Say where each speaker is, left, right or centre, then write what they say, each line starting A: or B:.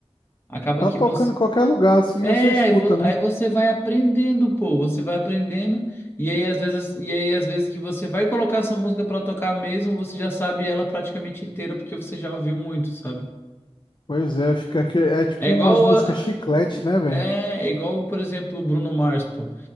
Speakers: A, on the left (about 20°); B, on the left (about 45°).
A: Acaba
B: Tá
A: que
B: tocando
A: você.
B: em qualquer lugar assim,
A: É,
B: você escuta,
A: aí, vo-
B: né?
A: aí você vai aprendendo, pô, você vai aprendendo, e aí às vezes, e aí às vezes que você vai colocar essa música pra tocar mesmo, você já sabe ela praticamente inteira porque você já ouviu muito, sabe?
B: Pois é, fica aqui. É tipo
A: É igual
B: umas músicas
A: a-
B: chiclete, né, velho?
A: É é igual, por exemplo, o Bruno Mars, pô.